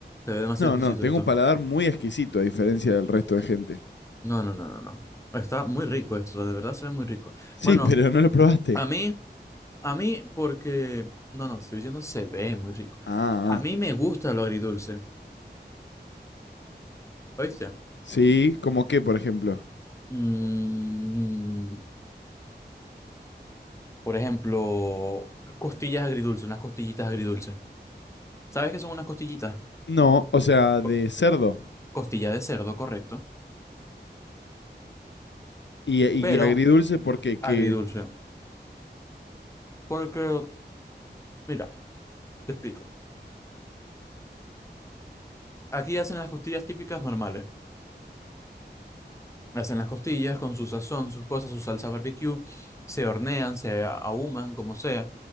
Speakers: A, on the left; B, on the left.
A: Se ve demasiado
B: No,
A: exquisito
B: no, tengo
A: esto.
B: un paladar muy exquisito a diferencia del resto de gente.
A: No, no, no, no, no. Está muy rico esto, o sea, de verdad se ve muy rico.
B: Sí,
A: Bueno,
B: pero no lo probaste.
A: a mí, a mí, porque. No, no, te estoy diciendo, se ve muy rico.
B: Ah,
A: A mí
B: ah.
A: me gusta lo agridulce, ¿oíste?
B: sí, ¿como qué, por ejemplo?
A: Mm, por ejemplo, costillas agridulce, unas costillitas agridulce. ¿Sabes qué son unas costillitas?
B: No, o sea, de
A: Co-
B: cerdo.
A: Costilla de cerdo, correcto.
B: Y, y
A: Pero
B: agridulce porque que...
A: agridulce. Porque, mira, te explico. Aquí hacen las costillas típicas normales. Hacen las costillas con su sazón, sus cosas, su salsa barbecue, se hornean, se a- ahuman, como sea.